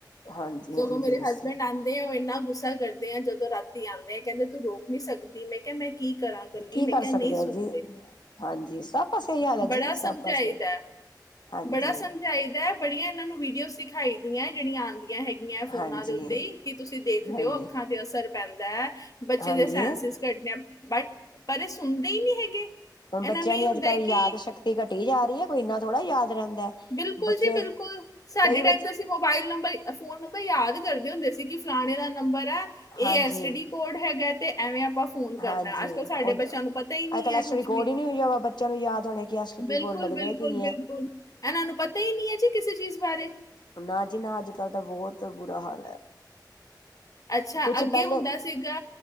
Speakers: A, on the left (about 75°); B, on the left (about 50°).
A: ਹਾਂਜੀ
B: ਸਗੋਂ
A: ਹਾਂਜੀ
B: ਮੇਰੇ ਹਸਬੈਂਡ ਆਂਦੇ ਆ, ਉਹ ਇੰਨਾ ਗੁੱਸਾ ਕਰਦੇ ਆ, ਜਦੋਂ ਰਾਤੀ ਆਂਦੇ। ਕਹਿੰਦੇ ਤੂੰ ਰੋਕ ਨੀ ਸਕਦੀ? ਮੈਂ ਕਿਹਾ ਮੈਂ ਕੀ ਕਰਾਂ ਕੱਲੀ
A: ਕੀ
B: ਮੈਂ
A: ਕਰ
B: ਕਿਹਾ
A: ਸਕਦੇ
B: ਨਹੀਂ ਸੁਣਦੇ
A: ਆ ਜੀ? ਹਾਂਜੀ, ਸਭ ਪਾਸੇ ਏਹੀ ਹਾਲ ਐ ਜੀ,
B: ਬੜਾ
A: ਸਭ
B: ਸਮਝਾਈਦਾ
A: ਪਾਸੇ। ਹਾਂਜੀ।
B: ਬੜਾ ਸਮਝਾਈਦਾ ਹੈ ਬੜੀਆਂ ਇਹਨਾਂ ਨੂੰ, ਵੀਡੀਓ ਦਿਖਾਈ ਆਂ ਜਿਹੜੀਆਂ ਹੈਗੀਆਂ ਫੋਨਾਂ
A: ਹਾਂਜੀ
B: ਦੇ ਉੱਤੇ, ਕਿ ਤੁਸੀਂ ਦੇਖਦੇ
A: ਹਾਂਜੀ
B: ਹੋ, ਅੱਖਾਂ ਤੇ ਅਸਰ ਪੈਂਦਾ ਐ, ਬੱਚੇ
A: ਹਾਂਜੀ
B: ਦੇ ਸੈਂਸਸ ਘਟੱਦੇ। ਬਟ ਪਰ ਇਹ ਸੁਣਦੇ ਈ ਨ੍ਹੀਂ ਹੈਗੇ।
A: ਹੁਣ ਬੱਚਿਆਂ
B: ਇਹਨਾਂ ਨੂੰ ਇਹ
A: ਦੀ
B: ਹੁੰਦਾ
A: ਅੱਜ ਕੱਲ੍ਹ
B: ਹੈ
A: ਯਾਦ
B: ਕਿ
A: ਸ਼ਕਤੀ ਘਟੀ ਜਾ ਰਹੀ ਐ, ਕੋਈ ਇਨ੍ਹਾਂ ਥੋੜ੍ਹਾ ਯਾਦ ਰਹਿੰਦਾ।
B: ਬਿਲਕੁਲ
A: ਬੱਚੇ
B: ਜੀ, ਬਿਲਕੁਲ। ਸਾਡੇ
A: ਕਈ
B: ਟਾਈਮ
A: ਬੱਚੇ
B: ਤਾਂ ਅਸੀਂ ਮੋਬਾਇਲ ਨੰਬਰ, ਫੋਨ ਨੰਬਰ ਯਾਦ ਕਰਦੇ ਹੁੰਦੇ ਸੀ। ਸੀ ਕਿ ਫਲਾਣੇ ਦਾ ਨੰਬਰ ਇਹ
A: ਹਾਂਜੀ
B: ਐਸ- ਟੀ- ਡੀ ਕੋਡ ਹੈਗਾ। ਤੇ ਐਵੇਂ ਆਪਾਂ ਫੋਨ ਕਰਨਾ
A: ਹਾਂਜੀ।
B: ਅੱਜ ਕੱਲ ਸਾਡੇ
A: ਉਦ,
B: ਬੱਚਿਆਂ ਨੂੰ ਪਤਾ ਹੀ ਨਹੀਂ
A: ਅੱਜ- ਕੱਲ੍ਹ,
B: ਹੈ
A: ਐਸਟਡੀ
B: ਕੁਝ
A: ਕੋਡ
B: ਵੀ
A: ਹੀ ਨੀ ਹੋ ਵਾ ਬੱਚਿਆਂ ਨੂੰ ਯਾਦ ਹੋਣੇ, ਕਿ ਐਸਟਡੀ
B: ਬਿਲਕੁਲ
A: ਕੋਡ ਲੱਗਦੇ
B: ਬਿਲਕੁਲ
A: ਕੀ ਹੈ।
B: ਬਿਲਕੁਲ ਇਹਨਾਂ ਨੂੰ ਪਤਾ ਹੀ ਨਹੀਂ ਹੈ ਜੀ ਕਿਸੇ ਚੀਜ਼ ਬਾਰੇ।
A: ਨਾ ਜੀ ਨਾ, ਅੱਜ ਕੱਲ੍ਹ ਤਾਂ ਬਹੁਤ ਬੁਰਾ ਹਾਲ ਹੈ।
B: ਅੱਛਾ।
A: ਕੁਛ
B: ਅੱਗੇ
A: ਪਹਿਲੇ
B: ਹੁੰਦਾ ਸੀਗਾ,